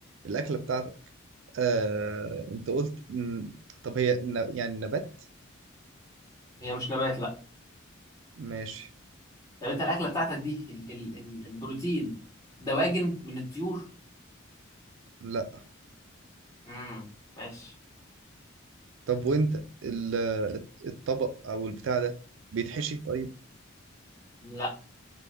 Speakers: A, on the right; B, on the left.
A: الاكله بتاعتك آه انت قلت م... طب هي ن... يعني نبات
B: هي مش نبات لا
A: ماشي
B: طب انت الأكلة بتاعتك دي ال ال ال البروتين دواجن من الطيور
A: لا
B: امم ماشي
A: طب وانت ال... الطبق او البتاع ده بيتحشي طيب
B: لا